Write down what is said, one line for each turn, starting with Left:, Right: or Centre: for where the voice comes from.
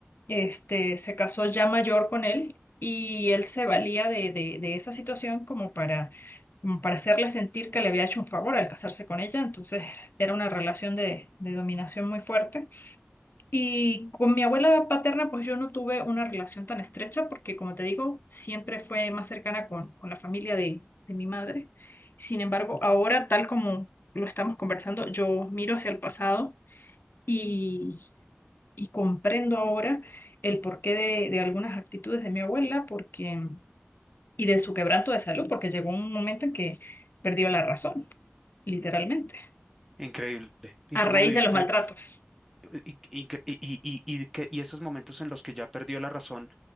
Left: este, se casó ya mayor con él y él se valía de, de, de esa situación como para, como para hacerle sentir que le había hecho un favor al casarse con ella. Entonces era una relación de, de dominación muy fuerte. Y con mi abuela paterna, pues yo no tuve una relación tan estrecha porque, como te digo, siempre fue más cercana con, con la familia de, de mi madre. Sin embargo, ahora, tal como lo estamos conversando, yo miro hacia el pasado y, y comprendo ahora el porqué de, de algunas actitudes de mi abuela porque, y de su quebranto de salud, porque llegó un momento en que perdió la razón, literalmente,
Centre: Increíble. ¿Y
Left: a
Centre: cómo
Left: raíz
Centre: viviste?
Left: de los maltratos.
Centre: Y, y, y, y- y que- y esos momentos en los que ya perdió la razón,